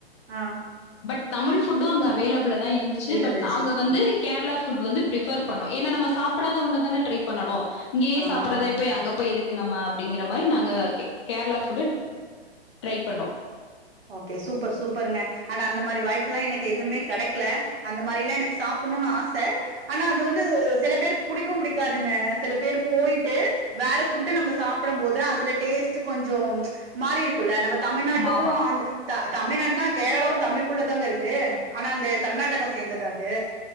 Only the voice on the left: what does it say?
பட் தமிழ் ஃபுட்டு அங்க அவைலபுல தா இருந்துச்சி
பட் நாங்க வந்து
கேரளா புட் வந்து பிரிபர் பண்ணோம் ஏன்னா நம்ம சாப் சாப்டாத ஒன்னு தான ட்ரை பண்ணனும் இங்கயே
சாப்டறதா இ போய் அங்க போய் எதுக் கு நம்மா அப்டிங்கிற இந்த மாதிரி நாங்க கே கேரளா ஃபுட்டு ட்ரை பண்ணோம்
ஆமாமா.